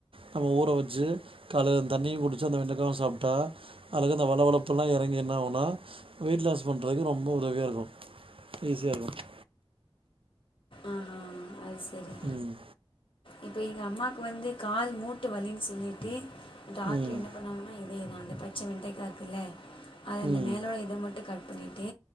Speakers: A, on the right; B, on the left.
A: நம்ம ஊற வச்சு காலையில் தண்ணியு குடிச்சு அந்த வெண்டக்கவும் சாப்ட்டா அதுல இருக்குற இந்த வளவளப்பு எல்லா இறங்கி என்னனாவுனா வெயிட் லாஸ் பண்றதுக்கு ரொம்ப உதவியா இருக்கும் ஈசியா இருக்கு
B: ஆஹா அது சரி
A: ம்
B: இப்போ எங்க அம்மாக்கு வந்து கால் மூட்டு வலின்னு சொல்லிட்டு டாக்டர்
A: ம்
B: என்ன பண்ணாங்கன்னா இதேதா அந்த பச்ச வெண்ட்டைக்கா இருக்குல்ல அத அந்த
A: ம்
B: மேல உள்ள இத மட்டு கட் பண்ணிட்டு